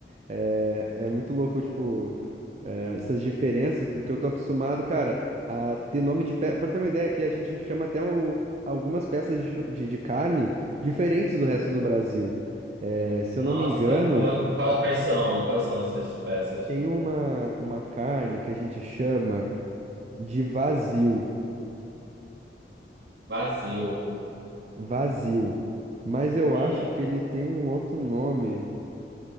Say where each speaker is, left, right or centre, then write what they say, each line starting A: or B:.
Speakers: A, on the right; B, on the right.
A: é, é muito louco, tipo, é, essas diferenças, porque eu tô acostumado, cara, a ter nome de peça. Pra ter uma ideia, aqui a gente chama até o- algumas peças de, chu- de, de carne diferentes do resto do Brasil. É, se eu
B: Nossa,
A: não me engano,
B: como, a- qua- quais são? Quais são essas peças?
A: tem uma, uma carne que a gente chama de vazio.
B: Vazio.
A: Vazio. Mas eu
B: Hum,
A: acho que ele tem um outro nome.